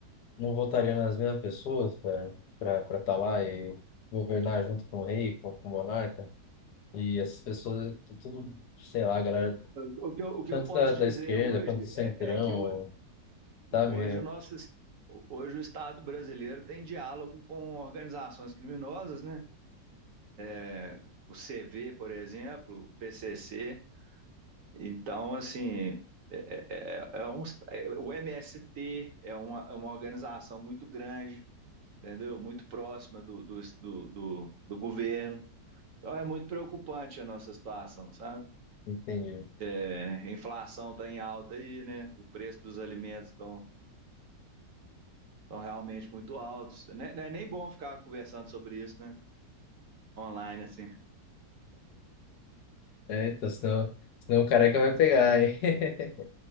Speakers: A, on the left; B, on the right.
A: não votaria nas mesmas pessoas, cara, pra estar tá lá e governar junto com o rei, com, com o monarca? E essas pessoas, t- tudo, sei lá, galera,
B: O, que eu, o que
A: tanto
B: eu posso
A: da, da
B: dizer
A: esquerda
B: hoje
A: quanto do centrão,
B: é, é que o,
A: sabe?
B: hoje o nosso hoje o Estado brasileiro tem diálogo com organizações criminosas, né? É, o CV, por exemplo, o PCC. Então, assim, é, é, é é um, é, o MST é uma, é uma organização muito grande, entendeu? Muito próxima do, do, do, do, do governo. Então é muito preocupante a nossa situação, sabe?
A: Entende?
B: É, a inflação está em alta aí, né? O preço dos alimentos estão estão realmente muito altos. Não é, não é nem bom ficar conversando sobre isso, né? Online, assim.
A: É, então, senão, senão o careca vai pegar, hein? <laughs>